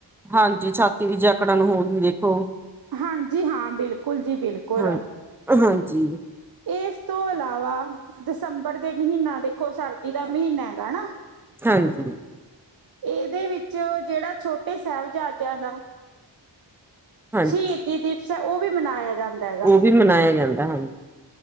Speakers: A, in the centre; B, on the right (about 55°).
A: ਹਾਂਜੀ ਛਾਤੀ ਵੀ ਜੈਕੜਨ ਹੋਗੀ ਦੇਖੋ।
B: ਹਾਂਜੀ ਹਾਂ ਬਿਲਕੁਲ ਜੀ ਬਿਲਕੁਲ।
A: ਹਾਂ ਹਾਂਜੀ।
B: ਇਸ ਤੋਂ ਇਲਾਵਾ, ਦਸੰਬਰ ਦੇ ਮਹੀਨਾ ਦੇਖੋ ਸਰਦੀ ਦਾ ਮਹੀਨਾ ਹੈਗਾ ਹਨਾ।
A: ਹਾਂਜੀ
B: ਇਹਦੇ ਵਿੱਚ ਜਿਹੜਾ ਛੋਟੇ ਸਾਹਿਬਜ਼ਾਦਿਆਂ ਦਾ
A: ਹਾਂਜੀ
B: ਸ਼ਹੀਦੀ ਦਿਵਸ ਹੈ ਉਹ ਵੀ ਮਨਾਇਆ ਜਾਂਦਾ। ਹੈਗਾ
A: ਉਹ ਵੀ ਮਨਾਇਆ ਜਾਂਦਾ ਹਾਂਜੀ।